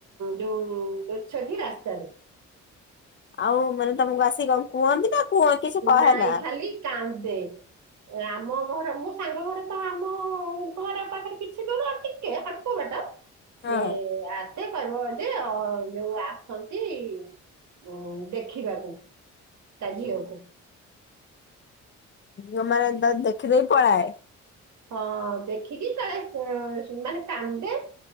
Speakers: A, on the right (about 65°); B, on the left (about 40°).
A: ଯୋଉ ଦୋ ଛକି ରାସ୍ତାରେ।
B: ଆଉ ମାନେ ତମକୁ ଆସିକି କଣ କୁହନ୍ତି ନା କୁହନ୍ତି କିଛି କହେ
A: ନାଇଁ
B: ନା।
A: ଖାଲି କାନ୍ଦେ। ଆମ ଘରକୁ ତାଙ୍କ ଘରେ ତ ଆମ ଘର ପାଖରେ କିଛି ଦୁର ଟିକେ ଅଳ୍ପ ପ ବାଟ
B: ହଁ।
A: ସେ ଆ ମତ କହିବ ଯେ ଯୋଉ ଆସନ୍ତି ଉ ଦେଖିବାକୁ। ତା ଝିଅ କୁ।
B: ରମା ନା ତ ଦେଖି ଦେଇ ପଳାଏ।
A: ହଁ ଦେଖିକି କାଳେ ମାନେ କାନ୍ଦେ।